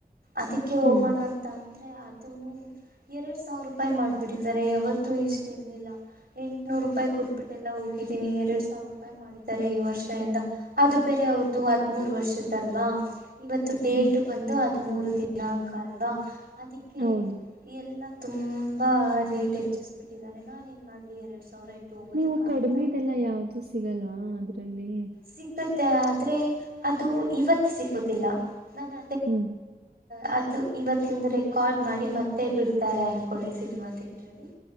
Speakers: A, on the right; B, on the right.
A: ಅದಕ್ಕೆ ಹೋಗೋಣ
B: ಹ್ಮ್,
A: ಅಂತ ಅಂದ ಆದ್ರೆ ಅದು ಎರಡ್ ಸಾವಿರ ರೂಪಾಯಿ ಮಾಡ್ಬಿಟ್ಟಿದ್ದಾರೆ ಯಾವತ್ತುೂ ಇಷ್ಟ ಇರ್ಲಿಲ್ಲ ಎಂಟುನೂರು ರೂಪಾಯಿ ಕೊಟ್ಬಿಟ್ಟೆಲ್ಲ ಹೋಗಿದ್ದೀನಿ ಎರಡು ಸಾವಿರ ರೂಪಾಯಿ ಮಾಡಿದ್ದಾರೆ ಈ ವರ್ಷ ಎಂದ ಅದು ಬೇರೆ ಅವ್ರ್ದು ಹದ್ಮೂರ್ ವರ್ಷದಲ್ವಾ ಇವತ್ತು ಡೇಟ್
B: ಹ್ಮ್.
A: ಬಂದುದು ಹ ಮೂೂರು ದಿನಾಂಕ ಅಲ್ವಾ ಅದಕ್ಕೆ
B: ಹೌದು.
A: ಎಲ್ಲ ತುಂಬ ಬಾ ರೇಟ್ ಹೆಚ್ಚಿಸ್ಬ ಬಿಟ್ಟಿದ್ದಾರೆ ನಾನನ್ ಏನ್ ಮಾಡ್ಲಿ ಎರಡ್ ಸಾವಿರ ಇಟ್ಟು ಹೋಗೋದಕ್ಕಾಗುತ್ತಾ
B: ನೀವು ಕಡಿಮೆ ಇಲ್ಲಾ ಯಾವ್ದ ಸಿಗಲ್ವಾ ಅದು ಚಲ್ಲಿ
A: ಸಿಗುತ್ತೆ ಆದರೆ ಅದು ಇವತ್ತು ಸಿಗೋದಿಲ್ಲ ನ ನ
B: ಹ್ಮ್,
A: ಅ ಇವತ್ತಂದು ರೆಕಾರ್ಡ್ ಮಾಡಿ ಮತ್ತೆ ಬಿಡ್ತಾರೆ ಅನ್ಕೊಳ್ಳಿ ಸಿನಿಮಾ ಥಿಯೇಟ್ರಲ್ಲಿ